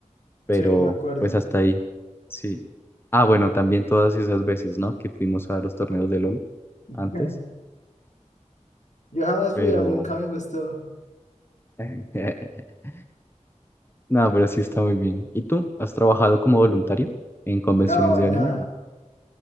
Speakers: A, on the left; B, on the left.
A: pero
B: Sí, me acuerdo.
A: pues hasta ahí. Sí. Ah, bueno, también todas esas veces, ¿no? Que fuimos a los torneos de LOL
B: <laughs>
A: antes,
B: Yo jamás
A: pero...
B: fui, a mí nunca me gustó.
A: <laughs> No, pero sí está muy bien. ¿Y tú? ¿Has trabajado como voluntario en convenciones
B: No,
A: de
B: en
A: anime?
B: nada.